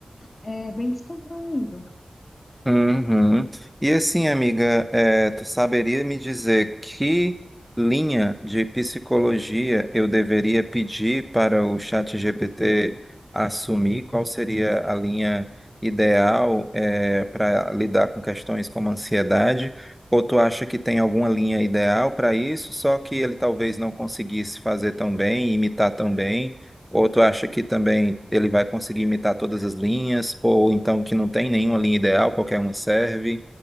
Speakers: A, on the left; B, in the centre.
A: é, bem descontraído.
B: Uhum. E assim, amiga, eh, tu saberia me dizer que linha de psicologia eu deveria pedir para o ChatGPT assumir? Qual seria a linha ideal, eh, para lidar com questões como ansiedade? Ou tu acha que tem alguma linha ideal para isso, só que ele talvez não conseguisse fazer tão bem, imitar tão bem? Ou tu acha que também ele vai conseguir imitar todas as linhas, ou então que não tem nenhuma linha ideal, qualquer uma serve?